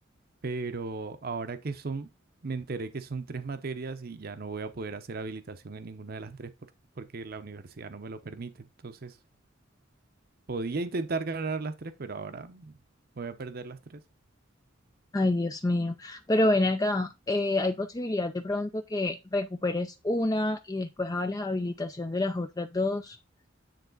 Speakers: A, on the right (about 50°); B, on the left (about 20°).
A: pero ahora que son, me enteré que son tres materias y ya no voy a poder hacer habilitación en ninguna de las tres por- porque la universidad no me lo permite, entonces... Podía intentar ganar las tres, pero ahora voy a perder las tres.
B: Ay, Dios mío. Pero ven acá, eh, ¿hay posibilidad de pronto que recuperes una y después hagas la habilitación de las otras dos?